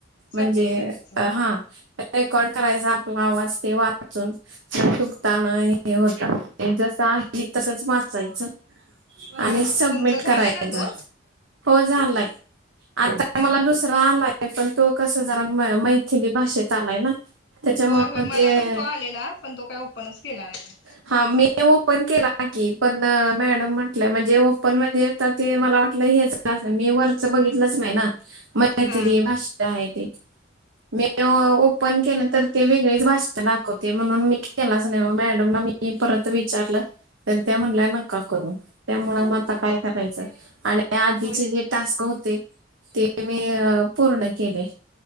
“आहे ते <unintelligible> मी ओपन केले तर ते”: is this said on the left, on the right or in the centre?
Right